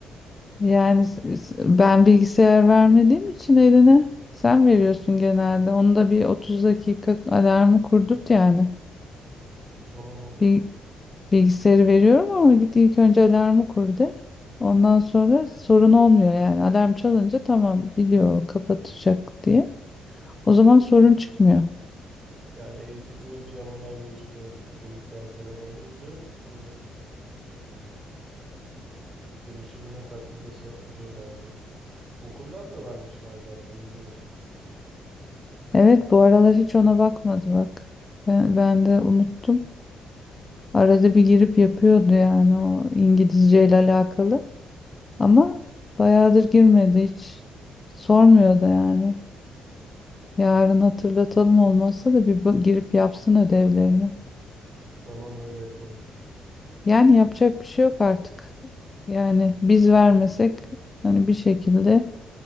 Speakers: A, on the left; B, on the right.
A: Yani s- s- ben bilgisayar vermediğim için eline sen veriyorsun genelde. Onu da bir 30 dakika alarmı kurdurt yani.
B: Tamam olur.
A: Bir Bilgisayarı veriyorum ama git ilk önce alarmı kur de. Ondan sonra sorun olmuyor yani. Alarm çalınca tamam biliyor kapatacak diye. O zaman sorun çıkmıyor.
B: Yani eğitici uygulamalar ve işte içerikler falan olunca e, gelişimine katkıda sağlıyor bence. Okuldan da vermişler zaten biliyorsun.
A: Evet bu aralar hiç ona bakmadı bak. Ben, ben de unuttum. Arada bir girip yapıyordu yani o İngilizce ile alakalı. Ama bayağıdır girmedi hiç. Sormuyor da yani. Yarın hatırlatalım olmazsa da bir bu- girip yapsın ödevlerini.
B: Tamam öyle yapalım.
A: Yani yapacak bir şey yok artık. Yani biz vermesek hani bir şekilde